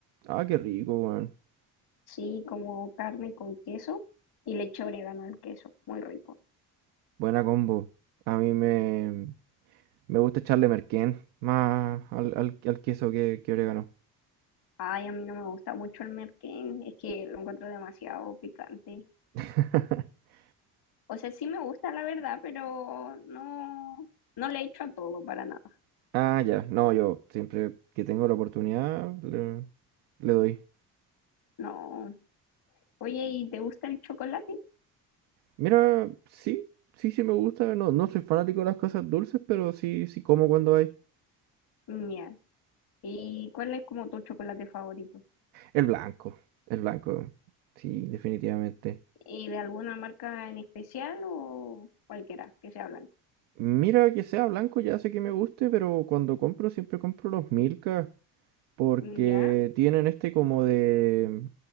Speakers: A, on the right (about 80°); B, on the left (about 65°).
A: Ah, qué rico, weón.
B: sí, como carne con queso y le eché orégano al queso, muy rico.
A: Buena combo. A mí me, me gusta echarle merquén más al, al, al queso que, que orégano.
B: Ay, a mí no me gusta mucho el merquén, es que lo encuentro demasiado picante.
A: <laughs>
B: O sea, sí me gusta la verdad, pero no, no le echo a todo para nada.
A: Ah, ya. No, yo siempre que tengo la oportunidad le, le doy.
B: No. Oye, ¿y te gusta el chocolate?
A: Mira, sí, sí, sí me gusta. No, no soy fanático de las cosas dulces, pero sí, sí como cuando hay.
B: Mira. ¿Y cuál es como tu chocolate favorito?
A: El blanco, el blanco. Sí, definitivamente.
B: ¿Y de alguna marca en especial o cualquiera que sea blanco?
A: Mira, que sea blanco ya sé que me guste, pero cuando compro siempre compro los Milka porque
B: ¿Ya?
A: tienen este como de,